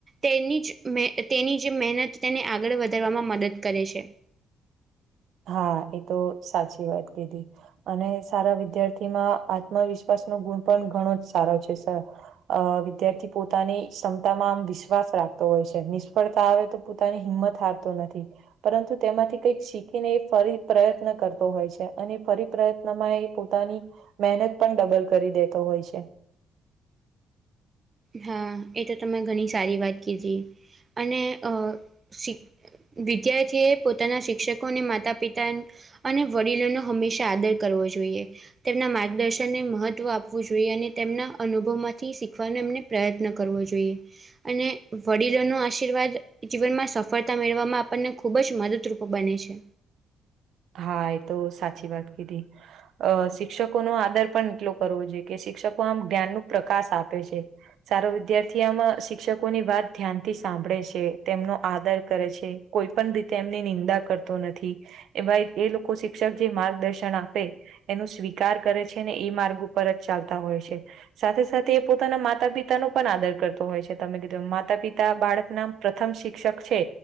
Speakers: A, on the right; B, on the right.
A: તેની જ મે તેની જે મહેનત તેને આગળ વધારવામાં મદદ કરે છે.
B: હા એ તો સાચી વાત કીધી. અને સારા વિદ્યાર્થી માં આત્મવિશ્વાસ નો ગુણ પણ ઘણો જ સારો છે સર. અ વિદ્યાર્થી પોતાની ક્ષમતામાં આમ વિશ્વાસ રાખતો હોય છે નિષ્ફળતા આવે તો એની હિંમત હારતો નથી પરંતુ તેમાંથી કઈક ને એ ફરી પ્રયત્ન કરતો હોય છે અને ફરી પ્રયત્ન માં એ પોતાની મહેનત પણ ડબલ કરી દેતો હોય છે.
A: હા એ તો તમે ઘણી સારી વાત કીધી અને અ શી વિદ્યાર્થી એ પોતાના શિક્ષકોને માતા પિતા અને વડીલોનો હંમેશા આદર કરવો જોઈએ. તેમના માર્ગદર્શનને મહત્વ આપવું જોઈએ અને તેમના અનુભવ માંથી શીખવાનું એમને પ્રયત્ન કરવો જોઈએ. અને વડીલો નો આશીર્વાદ જીવનમાં સફળતા મેળવવામાં આપણને ખૂબ જ મદદરૂપ બને છે.
B: હા એ તો સાચી વાત કીધી અ શિક્ષકો નો આદર પણ એટલો કરવો જોઈએ કે શિક્ષકો આમ જ્ઞાન નો પ્રકાશ આપે છે. સારો વિદ્યાર્થી આમાં શિક્ષકોની વાત ધ્યાનથી સાંભળે છે તેમનો આદર કરે છે. કોઈ પણ રીતે એમની નિંદા કરતો નથી એ ભાઈ એ લોકો શિક્ષક જે માર્ગદર્શન આપે એનું સ્વીકાર કરે છે ને એ માર્ગ ઉપર જ ચાલતા હોય છે. સાથે સાથે એ પોતાના માતા પિતાનો પણ આદર કરતો હોય છે તમે કીધો માતા પિતા બાળક ના પ્રથમ શિક્ષક છે